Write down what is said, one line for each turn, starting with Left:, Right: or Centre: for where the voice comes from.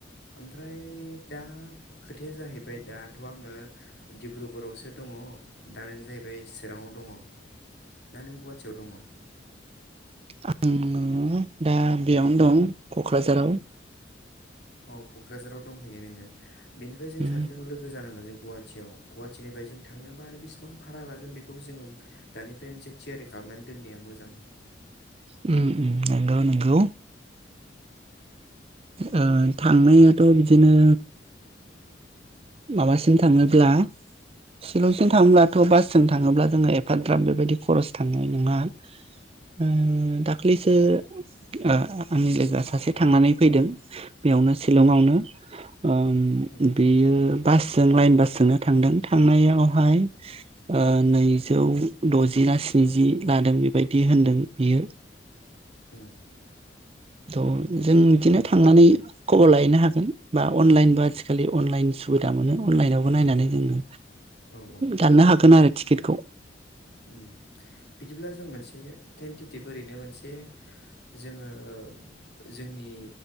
Left: ओमफ्राय दा खोथाया जाहैबाय दाथ' आङो डिब्रुगरआवसो दङ दा नों जाय बै चिराङाव दङ दा नों गुवाहाटियाव दङ। अ
Right: आंङो दा बेयावनो दं क'क्राझाराव।
Left: अ क'क्राझाराव दंहैयो नोङो बेनिफ्राय जों
Right: उम
Left: सानैजों लोगो जानांगोन जों गुवाहा गुवाहाटि गवाहाटिनिफ्राय जों थांनोबा आरो बेसिबां भारा लागोन बेखौबो जोङो दानिफ्राय मोनसे थियारि खालामनानै दोननाया मोजां।
Right: उम नंगौ नंगौ। ओ थांनायाथ' बिदिनो माबासिम थाङोब्ला शिलंजों थाङब्लाथ' बासजों थाङोब्ला जोङो एफाद्राब बेबायदि खरस थांनाय नङा। उम दाख्लैसो ओ आंनि लोगोआ सासे थांनानै फैदों बेयावनो शिलंआवनो। ओम
Left: उम
Right: बेयो बासजों लाइन बासजोंनो थांदों थांनायावहाय ओ नैजौ द'जि ना स्निजि लादों बेबायदि होनदों बियो।
Left: उम।
Right: थ' जों बिदिनो थांनानै खबर लायैनो हागोन बा अनलाइनबो आथिखालि अनलाइन सुबिदा मोनो अनलाइनावबो नायनानै जोङो
Left: औ औ
Right: दाननो हागोन आरो टिकेटखौ।
Left: उम। बिदिब्ला जों मोनसे थेेनटिटिभ ओरैनो मोनसे जोङो ओ जोंनि